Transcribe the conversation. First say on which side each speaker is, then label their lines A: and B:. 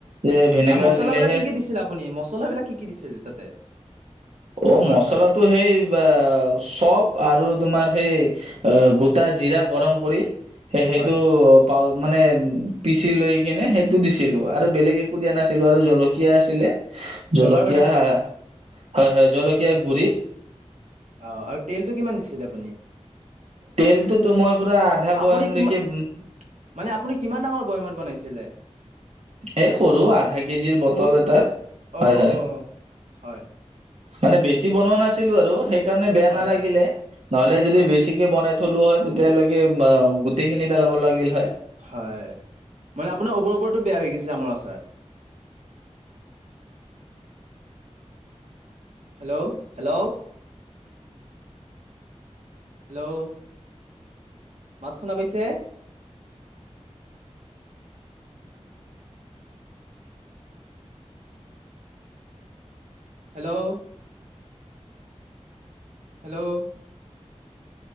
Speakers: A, on the right (about 65°); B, on the right (about 85°).
A: যে ভিনেগাৰ
B: আৰু মছলাবিলাক
A: দিলেহে
B: কি কি দিছিল আপুনি মছলাবিলাক কি কি দিচেজে তাতে?
A: অ
B: আমৰ
A: মছলাটো
B: আচাৰত
A: হেই বা চপ আৰু তোমাৰ সেই গোটা জিৰা গৰম কৰি সে সেইটো
B: হয়
A: পা মানে পিচি লৈ কিনে সেইটো দিছিলো
B: হয়
A: আৰু বেলেগ এ কো দিয়া নাছিলো আৰু জলকীয়া আছিলে
B: জ্বলাৰ
A: জলকীয়া
B: কাৰণে
A: হাৰা হয় হয় জলকীয়া গুৰি।
B: অহ আৰু তেলটো কিমান দিছিলে আপুনি?
A: তেলটো তো মই পুৰা আধা
B: আপুনি
A: বয়ামলৈকে
B: কিমান মানে আপুনি কিমান ডাঙৰ বৈয়ামত বনাইছিলে?
A: এই সৰু আধা কেজিৰ বটল
B: সৰু
A: এটাত,
B: অঁ
A: হয় হয়।
B: অঁ হয়
A: মানে বেছি বনোৱা নাছিলো আৰু সেইকাৰণে বেয়া
B: হয়
A: নালাগিলে,
B: হয়
A: নহলে যদি
B: হয়
A: বেছি বনাই থলো হয় তেতিয়ালৈকে অঁ গোটেই খিনি পেলাব লাগিল হয়।
B: হয় মানে আপোনাৰ ওবৰ ওপৰতো বেয়া হৈ গৈছে আমৰ আচাৰ। হেল্ল হেল্ল হেল্ল' মাত শুনা পাইছে? হেল্ল' হেল্ল'